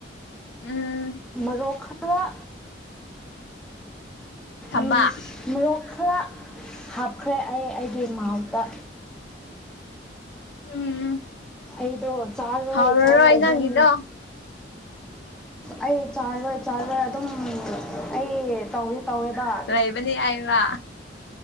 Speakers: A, on the left; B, in the centre.
A: ꯎꯝ
B: ꯃꯔꯣꯛ ꯈꯔ
A: ꯊꯝꯕ
B: ꯎꯝ ꯃꯣꯔꯣꯛ ꯈꯔ ꯍꯥꯞꯈ꯭ꯔꯦ ꯑꯩ ꯑꯩꯒꯤ ꯃꯥꯎꯠꯇ
A: ꯎꯝ ꯎꯝ
B: ꯑꯩꯗꯣ ꯆꯜ ꯋꯥꯣꯏ
A: ꯍꯥꯎꯔꯔꯣꯏ
B: ꯆꯜ ꯑꯗꯨꯝ
A: ꯅꯪꯒꯤꯗꯣ
B: ꯑꯩ ꯆꯥꯔꯔꯣꯏ ꯆꯥꯔꯔꯣꯏ ꯑꯗꯨꯝ ꯑꯩ ꯇꯧꯋꯤ ꯇꯧꯋꯦ ꯕ
A: ꯂꯩꯕꯅꯤ ꯍꯥꯏꯕ